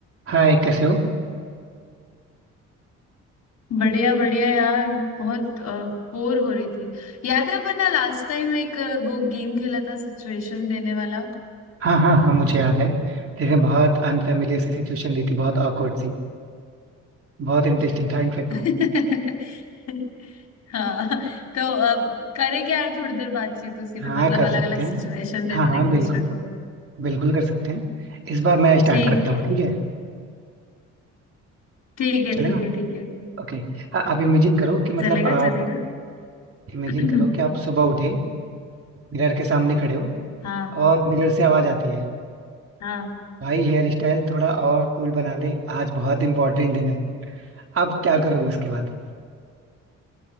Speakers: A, on the right; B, on the left.
A: हाय कैसे हो
B: बढ़िया बढ़िया यार बहुत बोर हो रही थी याद है अपन ने लास्ट टाइम एक अ, वो गेम खेला था सिचुएशन देने वाला
A: हाँ हाँ हाँ मुझे याद है लेकिन बहुत अनफेमिलियर सी सिचुएशन रही थी बहुत awkward सी बहुत इंटरेस्टिंग था इनफेक्ट
B: <laughs>
A: वो
B: हाँ तो अब करे क्या यार थोड़ी देर बातचीत उसी पे
A: हाँ
B: मतलब
A: कर
B: अलग
A: सकते
B: अलग
A: हैं
B: सिचुएशन देते
A: हाँ हाँ
B: हैं एक
A: बिल्कुल
B: दूसरे को
A: बिल्कुल कर सकते हैं इस बार मैं स्टार्ट
B: ठीक
A: करता
B: है
A: हूँ ठीक है
B: ठीक है
A: चलेगा
B: ठीक है ठीक है
A: ओके आप इमेजिन करो कि मतलब
B: चलेगा
A: आप
B: चलेगा
A: इमेजिन
B: <clears throat> हम्म
A: करो कि आप सुबह उठे मिरर के सामने खड़े हो
B: हाँ
A: और मिरर से आवाज आती है
B: हाँ
A: भाई हेयर स्टाइल थोड़ा और कूल बना ले आज बहुत इंपॉर्टेंट दिन है आप क्या करोगे उसके बाद